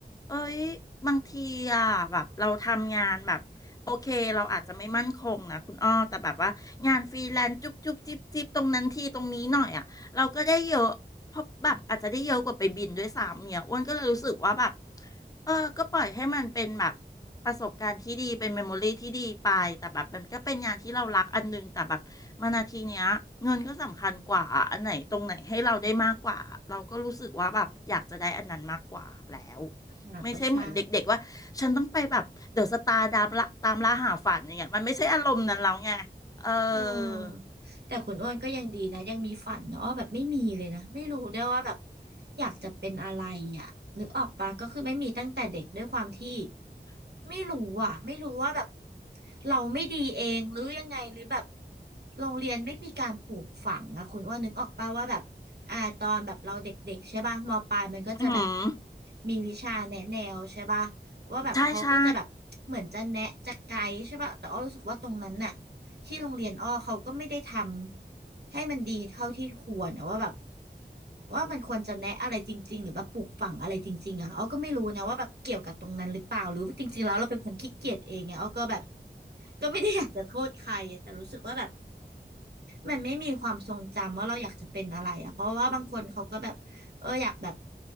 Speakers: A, on the left; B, on the right.
A: เอ้ยบางทีอ่ะแบบเราทำงานแบบโอเคเราอาจจะไม่มั่นคงนะคุณอ้อแต่แบบว่างานฟรีแลนซ์จุ๊บจุ๊บจิ๊บจิ๊บตรงนั้นทีตรงนี้หน่อยอ่ะเราก็ได้เยอะเพราะแบบอาจจะได้เยอะกว่าไปบินด้วยซ้ำเนี่ยอ้วนก็เลยรู้สึกว่าแบบเออก็ปล่อยให้มันเป็นแบบประสบการณ์ที่ดีเป็นเมมโมรี่ที่ดีไปแต่แบบมันก็เป็นงานที่เรารักอันนึงแต่แบบมานาทีเนี้ยเงินก็สำคัญกว่าอะอันไหนตรงไหนให้เราได้มากกว่าเราก็รู้สึกว่าแบบอยากจะได้อันนั้นมากกว่าแล้ว
B: อ่ะก็ใช่
A: ไม่ใช่เหมือนเด็กๆว่าฉันต้องไปแบบเดอะสตาร์ตามล่าตามล่าหาฝันอย่างเงี้ยมันไม่ใช่อารมณ์นั้นแล้วไงเออ
B: เออแต่คุณอ้วนก็ยังดีนะยังมีฝันนะอ้อแบบไม่มีเลยนะไม่รู้ได้วยว่าแบบอยากจะเป็นอะไรอ่ะนึกออกปะก็คือไม่มีตั้งแต่เด็กด้วยความที่ไม่รู้อ่ะไม่รู้ว่าแบบเราไม่ดีเองหรือยังไงหรือแบบโรงเรียนไม่มีการปลูกฝังอะคุณอ้วนนึกออกปะว่าแบบอ่าตอนแบบเราเด็กๆใช่ป่ะมปลายมันก็จะแบบ
A: อืม
B: มีวิชาแนะแนวใช่ป่ะว่าแบบเขาก็จะแบบเหมือนจะแนะจะไกด์ใช่ป่ะแต่อ้อรู้สึกว่าตรงนั้นน่ะ
A: ใช่ใช่
B: ที่โรงเรียนอ้อเขาก็ไม่ได้ทำให้มันดีเท่าที่ควรนะว่าแบบว่ามันควรจะแนะอะไรจริงๆหรือแบบปลูกฝังอะไรจริงๆอ่ะอ้อก็ไม่รู้นะว่าแบบเกี่ยวกับตรงนั้นหรือเปล่าหรือจริงๆแล้วเราเป็นคนขี้เกียจเองไงอ้อก็แบบก็ไม่ได้อยากจะโทษใครอะแต่รู้สึกว่าแบบมันไม่มีความทรงจำว่าเราอยากจะเป็นอะไรอ่ะเพราะว่าบางคนเขาก็แบบเอออยากแบบ